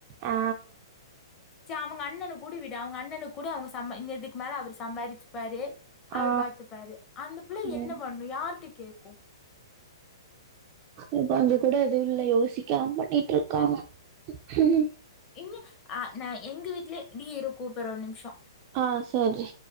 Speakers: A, on the right; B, on the left.
A: ஆ
B: சரி அவங்க அண்ணன் கூட விடு அவுங்க அண்ணனு கூடி விடு அவுங்க அண்ணணுக் குடு அவுங்க சம் இதுக்கு மேலே அவர் சம்பாரிச்சிப்பாறு அவர்
A: ஆ
B: பாத்துப்பாரு அந்த பிள்ள
A: ம்
B: என்ன பண்ணு யார்ட்ட கேக்கு
A: இப்ப அங்க கூட எதும் இல்லை யோசிக்காம பண்ணிட்டு இருக்காங்க ம்
B: இங்க அ நா எங்க வீட்லயே டி இருகுப்புற ஒரு நிம்ஷோ
A: ஆ செரி